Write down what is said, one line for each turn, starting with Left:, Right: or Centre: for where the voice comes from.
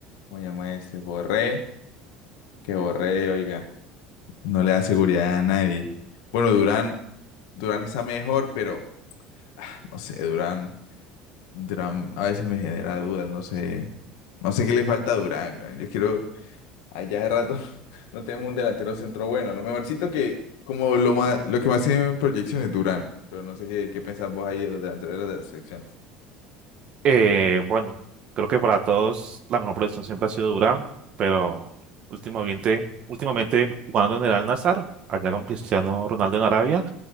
Left: ¿Cómo llama este? Borré, que Borré, oiga. No le da seguridad a nadie. Bueno, Durán, Durán está mejor, pero ah, no sé, Durán, Durán a veces me genera dudas, no sé, no sé qué le falta a Durán. güey. Yo quiero, allá de rato <laughs> no tenemos un delantero centro bueno. Lo mejorcito que, como lo más, lo que más tiene proyección es Durán, pero no sé qué, qué pensás vos ahí de los delanteros de la selección.
Right: Eh, bueno, creo que para todos la mejor posición siempre ha sido Durán, pero últimamente, últimamente jugando en el Al-Nassr, allá con Cristiano Ronaldo en Arabia,